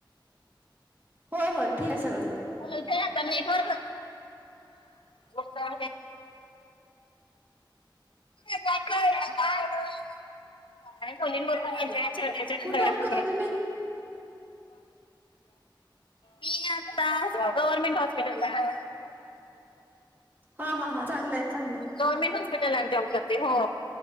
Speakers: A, on the right (about 25°); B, on the left (about 85°).
A: हो होय ठीक आहे सगळं.
B: ोलते आता मेटवर हाच म्ह <inaudible> का खलीन बरोबर घज <inaudible> ले्या
A: कुठे
B: गयामध्ये
A: जॉब करताय तुम्ही
B: <inaudible> मी आता गवर्मेंट हॉस्पिटल ला आता.
A: हा हा हां चांगलंय चांगलंय.
B: गव्हर्मेंट हॉस्पिटल आणि जाऊ लाते हो